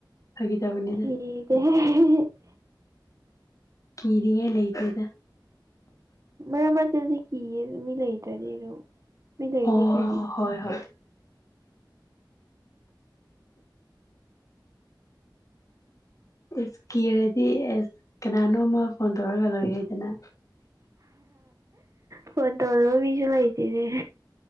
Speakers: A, on the left; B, on the right.
A: ꯐꯒꯤ ꯇꯧꯕꯅꯤꯗ
B: ꯍꯒ
A: ꯀꯤꯅꯤꯉꯥꯢ ꯂꯩꯇꯦꯗ
B: ꯃꯔꯕꯥꯗꯗꯤ ꯀ ꯃꯤ ꯂꯩꯗꯔꯅꯣ ꯃꯤ ꯂꯩꯗꯤꯦ
A: ꯑꯣ ꯍꯣꯏ ꯍꯣꯏ ꯑꯦꯁ ꯀꯤꯔꯗꯤ ꯑꯦꯁ ꯀꯅꯥꯅꯣꯃ ꯐꯣꯟ ꯇꯧꯔꯒ ꯂꯣꯏꯔꯦꯗꯅ
B: ꯐꯣꯟ ꯇꯧꯅꯕ ꯃꯤꯁꯨ ꯂꯩꯇꯦꯅꯦ